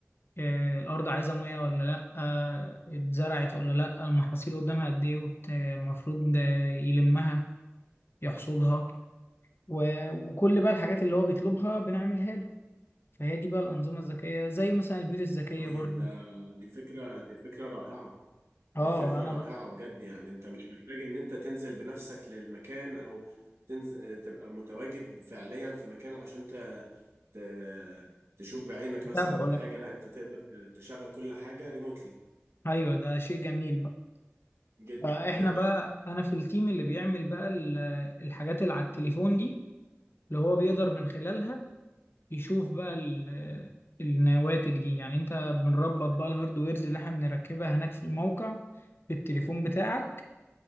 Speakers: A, on the left (about 50°); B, on the right (about 65°).
A: آه، الأرض عايزة مية ولا لأ آه، اتزرعت ولا لأ المحاصيل قدامها قد إيه وت- المفروض آه، يلمها يحصدها و- وكل بقى الحاجات اللي هو بيطلبها بنعملها له فهي دي بقى الأنظمة الذكية زي مثلا البيوت الذكية
B: طيب
A: برضو
B: ده دي فكره دي فكره رائعه
A: اه
B: دي فكرة
A: أنا
B: رائعة
A: بقى
B: بجد يعني انت مش محتاج ان انت تنزل بنفسك للمكان او تنزل تبقى متواجد فعليا في مكان عشان ت... ت... تشوف بعينك
A: بتابعه
B: مثلا او
A: لا
B: حاجة لا انت تقدر تشغل كل حاجة ريموتلي
A: أيوه ده شيء جميل بقى
B: جدا
A: فإحنا
B: جدا
A: بقى أنا في التيم اللي بيعمل بقى ال- الحاجات اللي على التليفون دي اللي هو بيقدر من خلالها يشوف بقى ال- النواتج دي يعني انت بنربط بقى الهاردويرز اللي احنا بنركبها هناك في الموقع بالتليفون بتاعك